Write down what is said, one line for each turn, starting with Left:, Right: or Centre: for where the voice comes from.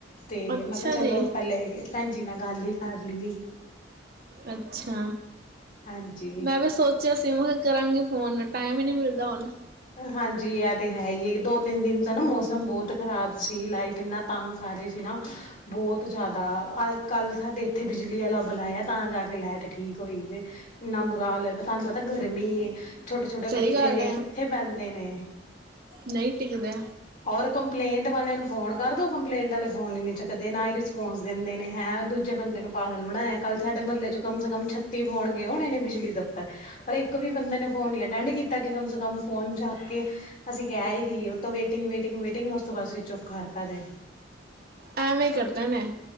Left: ਤੇ
Right: ਅੱਛਾ
Left: ਮੈਂ ਕਿਹਾ
Right: ਜੀ
Left: ਚਲੋ, ਪਹਿਲੇ ਭੈਂਜੀ ਨਾਲ ਗੱਲ ਈ ਕਰ ਲੀਏ।
Right: ਅੱਛਾ,
Left: ਹਾਂਜੀ
Right: ਮੈਂ ਵੀ ਸੋਚ ਸੋਚਿਆਂ ਸੀ, ਮ ਕਰਾਂਗੀ ਫ਼ੋਨ, ਟਾਈਮ ਈ ਨਹੀਂ ਮਿਲਦਾ ਹੁਣ।
Left: ਹਾਂਜੀ, ਐਹ ਤੇ ਹੈਹੀ ਏ, ਦੋ-ਤਿੰਨ ਦਿਨ ਤੋ ਨਾ ਮੌਸਮ ਬਹੁਤ ਖਰਾਬ ਸੀ, ਲਾਈਟ ਇੰਨਾ ਤੰਗ ਕਰ ਰਹੀ ਸੀ ਨਾ ਬਹੁਤ ਜ਼ਿਆਦਾ, ਅ ਕੱਲ ਸਾਡੇ ਇੱਥੇ ਬਿਜਲੀ ਵਾਲਾ ਬਲਾਇਆ ਤਾਂ ਜਾਕੇ ਲਾਈਟ ਠੀਕ ਹੋਈ ਜੇ। ਇੰਨਾ ਬੁਰਾ ਹਾਲ ਏ, ਤੁਹਾਨੂੰ ਪਤਾ ਗਰਮੀ ਏ, ਛੋਟੇ-ਛੋਟੇ
Right: ਸਹੀ
Left: ਬੱਚੇ
Right: ਗੱਲ
Left: ਨੇ,
Right: ਹੈ
Left: ਕਿੱਥੇ ਪੈਂਦੇ ਨੇ।
Right: ਨਹੀਂ ਟਿਕਦੇ।
Left: ਔਰ ਕੰਪਲੇਂਟ ਵਾਲਿਆਂ ਨੂੰ ਫੋਨ ਕਰਦੋ, ਕੰਪਲੇਂਟ ਵਾਲੇ ਫੋਨ ਈ ਨੀ ਚੱਕਦੇ, ਨਾ ਹੀ ਰਿਸਪੋਂਸ ਦਿੰਦੇ ਨੇ ਹੈ ਦੂਜੇ ਬੰਦੇ ਨੂੰ ਪਾਗਲ ਬਣਾਇਆ ਕੱਲ ਸਾਡੇ ਮਹੱਲੇ ਚ ਕਮ ਸੇ ਕਮ ਛੱਤੀ ਫੋਨ ਗੇਏ ਹੋਣੇ ਨੇ ਬਿਜਲੀ ਦ ਪਰ ਇੱਕ ਵੀ ਬੰਦੇ ਨੇ ਫੋਨ ਨਹੀਂ ਅਟੈਂਡ ਕੀਤਾ ਤਾਂ ਕਿ ਕਮ ਸੇ ਕਮ ਫੋਨ ਚੱਕ ਕੇ ਅਸੀਂ ਕਹਿ ਹੀ ਦਈਏ ਉਤੋਂ ਵੀ ਵੇਟਿੰਗ ਵੇਟਿੰਗ ਵੇਟਿੰਗਉਸ ਤੋਂ ਬਾਦ ਸਵਿਚ ਆਫ ਕਰਤਾ ਜੇ
Right: ਐਵੇਂ ਕਰਦੇ ਨੇ